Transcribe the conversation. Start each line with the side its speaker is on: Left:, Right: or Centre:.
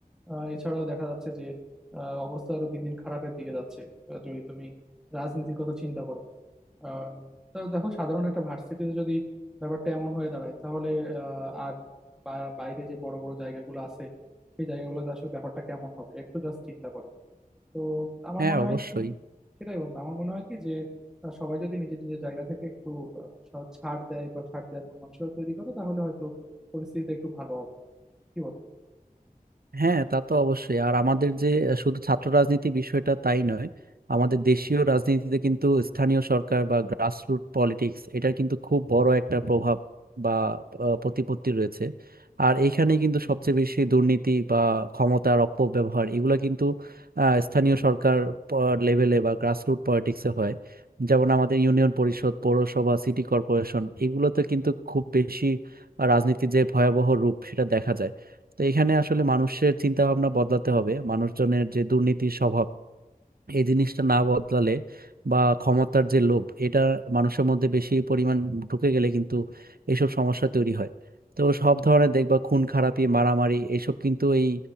Centre: আহ, এছাড়াও দেখা যাচ্ছে যে আহ, অবস্থা আরো দিন দিন খারাপের দিকে যাচ্ছে আহ, যদি তুমি রাজনীতির কথা চিন্তা করো আহ, তো দেখো সাধারণ একটা ভার্সিটিতে যদি ব্যাপারটা এমন হয়ে দাঁড়ায় তাহলে আহ, আর বা- বাইরে যে বড় বড় জায়গাগুলো আছে সেই জায়গাগুলোতে আসলে ব্যাপারটা কেমন হবে একটু জাস্ট চিন্তা করো তো আমার
Right: হ্যাঁ
Centre: মনে হয়
Right: অবশ্যই
Centre: কি সেটাই বন্ধু আমার মনে হয় কি যে আহ, সবাই যদি নিজের নিজের জায়গা থেকে একটু আহ, সৎ ছাড় দেয় বা ছাড় দেয় এমন মানুষরা তৈরি করে তাহলে হয়তো পরিস্থিতিটা একটু ভালো হবে কি বলো
Right: হ্যাঁ তা তো অবশ্যই আর আমাদের যে শুধু ছাত্র রাজনীতি বিষয়টা তাই নয় আমাদের দেশীয় রাজনীতিতে কিন্তু স্থানীয় সরকার বা গ্রাসরুট পলিটিক্স এটার কিন্তু খুব বড় একটা প্রভাব বা আহ, প্রতিপত্তি রয়েছে আর এইখানে কিন্তু সবচেয়ে বেশি দুর্নীতি বা ক্ষমতার অপব্যবহার এগুলা কিন্তু আহ, স্থানীয় সরকার লেভেলে বা গ্রাসরুট পলিটিক্সে হয় যেমন আমাদের ইউনিয়ন পরিষদ পৌরসভা সিটি কর্পোরেশন এগুলোতে কিন্তু খুব বেশি রাজনীতির যে ভয়াবহ রূপ সেটা দেখা যায় তো এখানে আসলে মানুষের চিন্তা ভাবনা বদলাতে হবে মানুষজনের যে দুর্নীতির স্বভাব এই জিনিসটা না বদলালে বা ক্ষমতার যে লোভ এটা মানুষের মধ্যে বেশি পরিমাণ ঢুকে গেলে কিন্তু এইসব সমস্যা তৈরি হয় তো সব ধরনের দেখবা খুন খারাপি মারামারি এসব কিন্তু এই